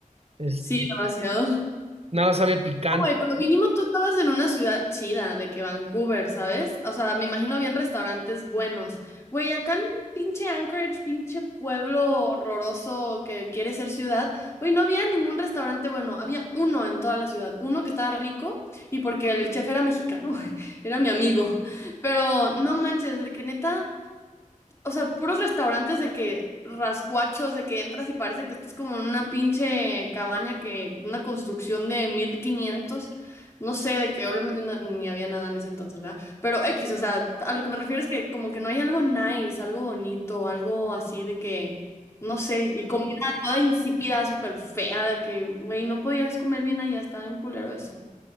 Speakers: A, on the right (about 45°); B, on the left (about 20°).
A: este,
B: Sí, demasiado.
A: nada sabía picante,
B: güey, pero mínimo tú estabas en una ciudad chida, de que Vancouver, ¿sabes? O sea, me imagino bien restaurantes buenos. Güey, acá en pinche Anchorage, pinche pueblo horroroso que quiere ser ciudad, güey, no había ningún restaurante bueno, había uno en toda la ciudad, uno que estaba rico y porque el chef era mexicano, <laughs> era mi amigo, pero no manches, de que neta o sea, puros restaurantes de que rascuachos, de que entras y parece que estás como en una pinche cabaña que una construcción de 1500 no sé, de que obviamente no- ni había nada en ese entonces, ¿verdad? Pero X, o sea, a lo que me refiero es que como que no hay algo nice, algo bonito, algo así de que, no sé, y comida toda insípida, súper fea, de que, güey, no podías comer bien allá, estaba bien culero eso.